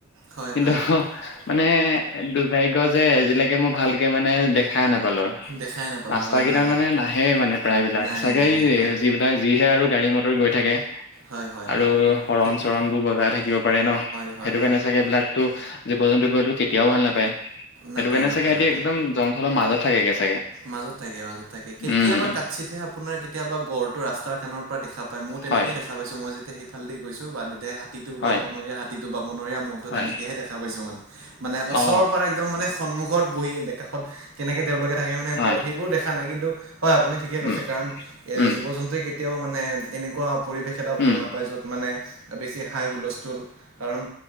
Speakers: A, on the right (about 70°); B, on the left (about 50°).
A: হয়
B: কিন্তু
A: হয় হয়
B: মানে দুৰ্ভাগ্যয় যে, আজিলৈকে মই ভালকে মানে দেখা নাপালো।
A: দেখাই নাপালোঁ
B: ৰাস্তা
A: হয়
B: কেইতাত
A: হয় হয়
B: মানে নাহে মানে প্ৰায়বিলাক,
A: নাহে
B: চাগে
A: নাহে
B: এই
A: হয়।
B: যিবিলাক যিহে আৰু গাড়ী মটৰ গৈ থাকে।
A: হয় হয়
B: আৰু
A: হয়
B: হৰণ-চৰণ
A: খেতি
B: বোৰ বজাই থাকিব পাৰে ন',
A: সেইটো
B: সেইটোকাৰণে চাগে এই বিলাকটো জীৱ জন্তু বোৰেটো কেতিয়াও ভাল নাপায়, সেইটো
A: নাপায়
B: কাৰণে
A: নাপায়
B: চাগে সিহঁতি
A: নাপায়।
B: একদম জংঘলৰ মাজত থাকেগে চাগে।
A: মাজত থাকে, মাজত থাকে, কেতিয়াবা
B: উম
A: কাছিতহে আপোনাৰ কেতিয়াবা গড়টো ৰাস্তাৰ কানৰ পৰা দেখা পাই, মোৰ তেনেকে
B: হয়
A: দেখা পাইছোঁ, মই যেতিয়া সেইফালদি গৈছোঁ বা তে হাতীটো
B: হয়
A: বা বনৰীয়া হাতীটো বা বনৰীয়া মহটো
B: হয়
A: তেনেকেহে দেখা পাইছো মানে। মানে
B: অ
A: ওচৰৰ পৰা একদম মানে সন্মুখত বহি কাষত, কেনেকে তেওঁলোকে থাকে মানে
B: হয়
A: সেইবোৰ দেখা নাই, কিন্তু হয়, আপুনি ঠিকেই
B: উম
A: কৈছে, কাৰণ এ
B: উম
A: জীৱ-জন্তুৱে কেতিয়াও মানে এনেকুৱা পৰিৱেশ এটা ভাল
B: উম
A: নাপায়, য'ত মানে বেছি হাই হুলস্থুল, কাৰণ